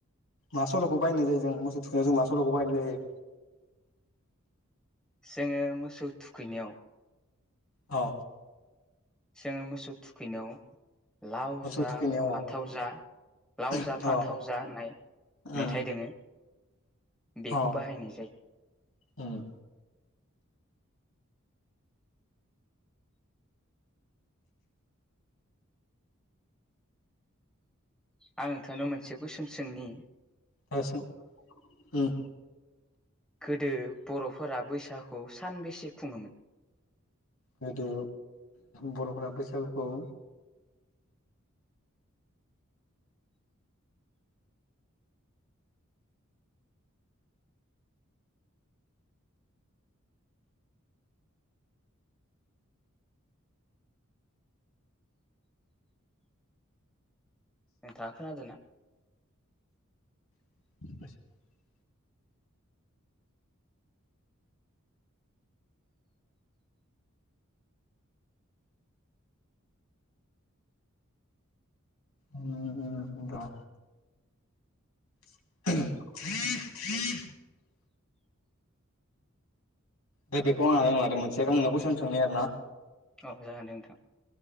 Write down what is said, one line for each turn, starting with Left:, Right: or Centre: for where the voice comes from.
Left: मा सल'खौ बाहायनाय जायो जों मोसौ थुखैनायाव जों मा सल'खौ बाहायनाय जायो?
Centre: जोंङो मोसौ थुखैनायाव
Left: अ।
Centre: जोंङो मोसौ थुखैनायाव लाव
Left: मोसौ
Centre: जा
Left: थुखैनायाव
Centre: फान्थाव जा लाव
Left: अ
Centre: जा फान्थाव जा होननाय
Left: अ
Centre: मेथाइ
Left: उम
Centre: दोंङो बेखौ
Left: अ
Centre: बाहायनाय जायो।
Left: उम।
Centre: आं नोंथांनो मोनसे कुइसन सोंनि।
Left: दे सों उम।
Centre: गोदो बर'फोरा बैसागखौ सानबेसे खुंङोमोन?
Left: गोदो बर'फोरा बैसागुखौ
Centre: नोंथांङा खोनादो ना?
Left: <unintelligible> उम र' <unintelligible> दे बेखौ आं हानाय नंलादे मोनसेबाव आं नोंनाव कुइसन सोंनि आरो ना।
Centre: अ जागोन दे नोंथां।